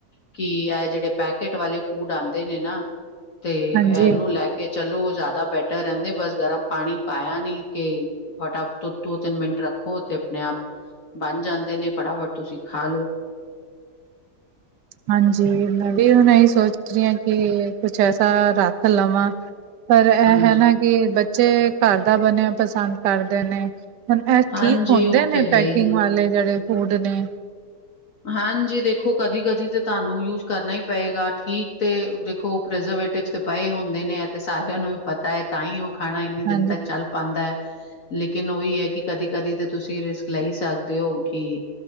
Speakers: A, on the left; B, on the right.
A: ਕਿ, ਐ ਜਿਹੜੇ ਪੈਕ ਕੇਟ ਵਾਲੇ ਫੂਡ ਆਂਦੇ ਨੇ ਨਾ, ਤੇ
B: ਹਾਂਜੀ
A: ਐਨੂੰ ਲੈਕੇ ਕੇ ਚਲੋ, ਉਹ ਜ਼ਿਆਦਾ ਬੈਟਰ ਰਹਿੰਦੇ ਬਸ ਗਰਮ ਪਾਣੀ ਪਾਇਆ ਨੀ, ਕੇ ਫਟਾਫਟ ਤੋਂ, ਦੋ-ਤਿੰਨ ਮਿੰਟ ਰੱਖੋ ਤੇ, ਆਪਣੇ-ਆਪ ਬਣ ਜਾਂਦੇ ਨੇ, ਫਟਾਫਟ ਤੁਸੀਂ ਖਾਲੋੋ।
B: ਹਾਂਜੀ, ਮੈਂ ਵੀ ਹੁਣ ਇਹੀ ਸੋਚ ਰਹੀ ਹਾਂ, ਕਿ, ਕੁਛ ਐਸਾ ਰੱਖ ਲਵਾਂ ਪਰ, ਇਹ
A: ਹਾਂਜੀ
B: ਹੈ ਨਾ ਕਿ, ਬੱਚੇ ਘਰ ਦਾ ਬਣਿਆ ਪਸੰਦ ਕਰਦੇ ਨੇ। ਹੁਣ ਇਹ
A: ਹਾਂਜੀ
B: ਠੀਕ ਹੁੰਦੇ
A: ਉਹ
B: ਨੇ,
A: ਤੇ
B: ਪੈਕਿੰਗ
A: ਹੈ ਹੀ ਹੈ।
B: ਵਾਲੇ ਜਿਹੜੇ ਫੂਡ ਨੇ।
A: ਹਾਂਜੀ, ਦੇਖੋ ਕਦੀ- ਕਦੀ ਤੇ, ਤੁਹਾਨੂੰ ਯੂਜ ਕਰਨਾ ਹੀ ਪਏਗਾ ਠੀਕ ਤੇ, ਦੇਖੋ ਪ੍ਰੇਜ਼ਰਵੇਟਿਵ ਪਏ ਹੁੰਦੇ ਨੇ, ਅਤੇ ਸਾਰਿਆਂ ਨੂੰ ਵੀ ਪਤਾ ਹੈ, ਤਾਂ, ਹੀ ਉਹ ਖਾਣਾ ਇੰਨੀੇ
B: ਹਾਂਜੀ,
A: ਦਿਨ ਤੱਕ ਚੱਲ ਪਾਂਦਾ ਹੈ, ਲੇਕਿਨ ਉਹੀ ਹੈ ਕਿ, ਕਦੀ-ਕਦੀ ਤੇ ਤੁਸੀਂ ਰਿਸਕ ਲੈ ਸਕਦੇ ਹੋ, ਕਿ